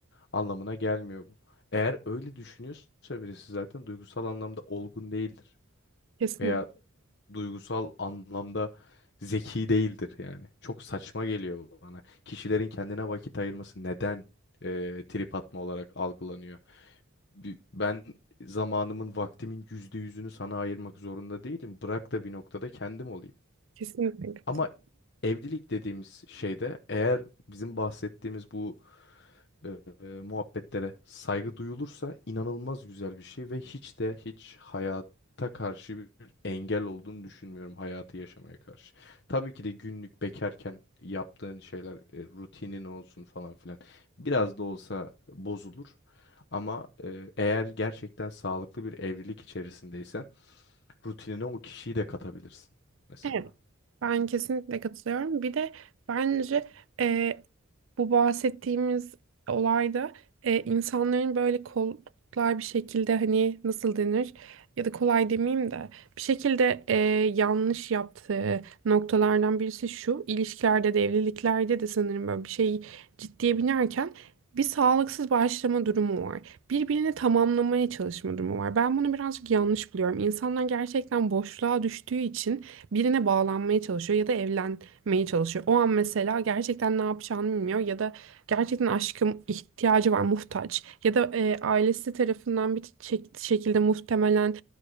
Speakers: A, on the left; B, on the right.
A: anlamına gelmiyor bu. Eğer öyle düşünüyorsa birisi zaten duygusal anlamda olgun değildir
B: Kesinlikle.
A: veya duygusal anlamda zeki değildir yani. Çok saçma geliyor bana. Kişilerin kendine vakit ayırması neden e, trip atma olarak algılanıyor? Bi- Ben zamanımın, vaktimin yüzde yüzünü sana ayırmak zorunda değilim. Bırak da bir noktada kendim olayım.
B: Kesinlikle.
A: Ama evlilik dediğimiz şeyde eğer bizim bahsettiğimiz bu e, e, muhabbetlere saygı duyulursa inanılmaz güzel bir şey ve hiç de hiç hayata karşı bir engel olduğunu düşünmüyorum hayatı yaşamaya karşı. Tabii ki de günlük bekarken yaptığın şeyler e, rutinin olsun falan filan biraz da olsa bozulur ama e, eğer gerçekten sağlıklı bir evlilik içerisindeysen rutinine o kişiyi de katabilirsin mesela.
B: Evet. Ben kesinlikle katılıyorum. Bir de bence e, bu bahsettiğimiz olayda e, insanların böyle kolay bir şekilde hani nasıl denir ya da kolay demeyeyim de bir şekilde e, yanlış yaptığı noktalardan birisi şu ilişkilerde de evliliklerde de sanırım böyle bir şey ciddiye binerken bir sağlıksız başlama durumu var. Birbirini tamamlamaya çalışma durumu var. Ben bunu birazcık yanlış buluyorum. İnsanlar gerçekten boşluğa düştüğü için birine bağlanmaya çalışıyor ya da evlenmeye çalışıyor. O an mesela gerçekten ne yapacağını bilmiyor ya da gerçekten aşkım ihtiyacı var, muhtaç ya da e, ailesi tarafından bir çek- şekilde muhtemelen